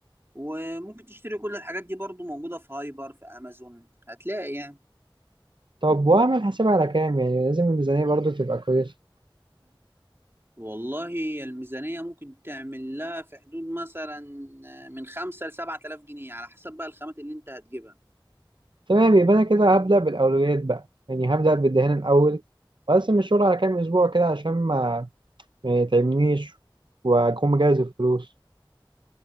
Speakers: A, on the right; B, on the right.
A: وممكن تشتري كل الحاجات دي برضو موجودة في هايبر في أمازون هتلاقي يعني
B: طب واعمل حساب على كام يعني لازم الميزانيه برضو تبقى كويسه
A: والله الميزانية ممكن تعمل لها في حدود مثلا من خمسة لسبعة آلاف جنيه على حسب بقى الخامات اللي أنت هتجيبها
B: تمام يبقى انا كده هبدا بالاولويات بقى يعني هبدا بالدهان الاول واقسم الشغل على كام اسبوع كده عشان ما ما يتعبنيش واكون مجهز الفلوس